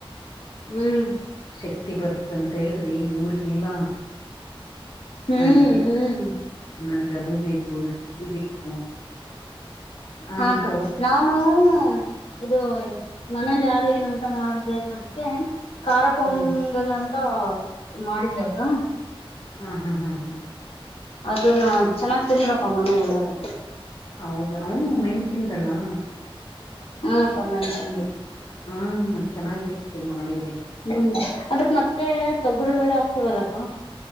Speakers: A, on the left; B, on the left.
A: ಹ್ಮ್
B: ಶಕ್ತಿ ಬರ್ತದ ಅಂತ ಹೇಳಿದ್ರೆ ಇವ್ರಗಿಲ್ಲ
A: ಹ್ಮ್
B: ನನಗ್
A: ಹ್ಮ್
B: ನನ್ಗ ಅದು ಬೇಕು ನಂಗೆ ಇದು ಬೇಕು ಅಂತ
A: ಹಾ ಅಕ್ಕ ನಾವು ಹ ಇದು ಮನೇಲಿ ಯಾರು ಏನು ಊಟ ಮಾಡುದದಕ್ಕೆ ಖಾರ ಪೊಂಗಲ್
B: ಹ್ಮ್
A: ಅಂತ ಮಾಡಿದ್ದೆ ಅಕ್ಕ
B: ಹ್ಮ ಹ್ಮ್ ಹಾ ಹ್ಮ್
A: ಅದನ್ನು ಚೆನ್ನಾಗ್ ತಿನ್ಬೇಕೂ ಮನೆಯಲ್ಲಿ ಎಲ್ಲರು
B: ಹೌದ ಅವ ಮೆಣ್ಸಿಂದಲ್ಲಾ
A: ಹಾ ಅಕ್ಕ ಮೆಣಸಿಂದು
B: ಹ್ಮ ಚೆನ್ನಾಗಿರುತ್ತೆ ಮಾಡಿದ್ರೆ
A: ಹ್ಮ್ ಅದಕ್ಕೇ ಮತ್ತೆ ತೊಗರಿಬೆಳೆ ಆಕ್ತಿವಲ್ಲ ಅಕ್ಕ